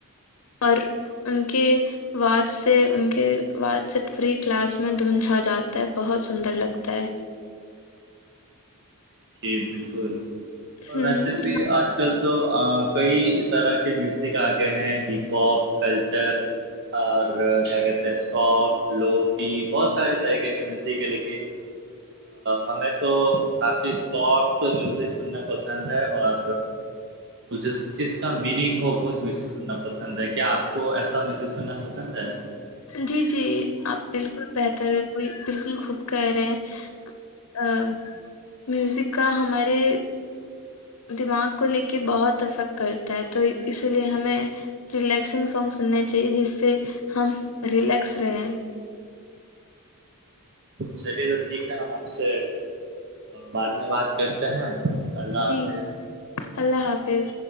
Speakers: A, on the left; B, on the right.
A: اور ان کے <unintelligible> واز سے ان کے واز سے پوری کلاس میں دھن چھا جاتا ہے بہت سندر لگتا ہے
B: جی بالکل اور
A: ہ
B: ویسے بھی آج کل تو کئی طرح کے میوزک آگئے ہیں ہپ ہاپ کلچر اور کیا کہتے ہیں سوفٹ لوفی بہت سارے طریقے کے مزیک ہے لیکن ہمیں تو کافی سافٹ میوزک سننا پسند ہے اور جس چیز کا میننگ ہو وہت میز سننا پسند ہے کیا آپ کو ایسا میوزک سننا پسند ہے
A: جی جی آپ بالکل بہتر ہے وہ بالکل خوب کہہ رہے ہیں ا میوزک کا ہمارے دماغ کو لے کے بہت افیکٹ کرتا ہے تو اسی لیے ہمیں ریلیکسنگ سانگ سننا چاہیے جس سے ہم ریلیکس رہیں
B: چلیے تو ٹھیک ہے ہم آپ سے بعد میں بات کرتے ہیں اللہ
A: جی
B: حافظ
A: اللہ حافظ